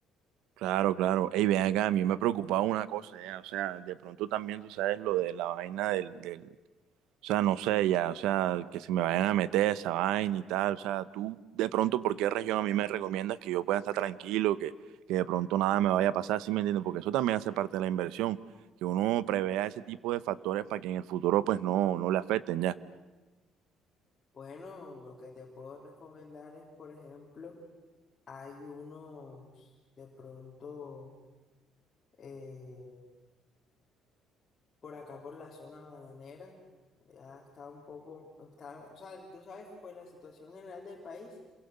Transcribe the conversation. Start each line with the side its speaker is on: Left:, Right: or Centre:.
Right: claro, claro. Ey, ven acá, a mí me preocupaba una cosa, ya, o sea, de pronto también tú sabes lo de la vaina del, del, O sea, no sé ya, o sea, que se me vayan a meter esa vaina y tal. O sea, tú de pronto, ¿por qué región a mí me recomiendas que yo pueda estar tranquilo, que, que de pronto nada me vaya a pasar? ¿Sí me entiendes? Porque eso también hace parte de la inversión, que uno prevea ese tipo de factores para que en el futuro pues no, no le afecten ya.
Left: Bueno, lo que te puedo recomendar es, por ejemplo, hay unos, de pronto, eh, Por acá, por la zona bananera, ya está un poco, está, o sea, tú sabes, pues la situación general del país